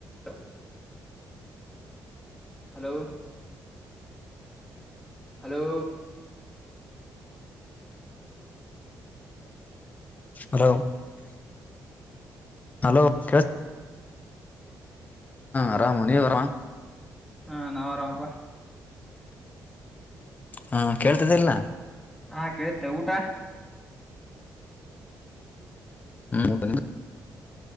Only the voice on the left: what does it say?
ಹಲೋ ಹಲೋ ಕೆಳಸ ಆರಾಮ ನೀವ್ ಆರಾಮ
ಹಾ ಕೇಳ್ತದ ಇಲ್ಲ
ಹ್ಮ್ ಊಟ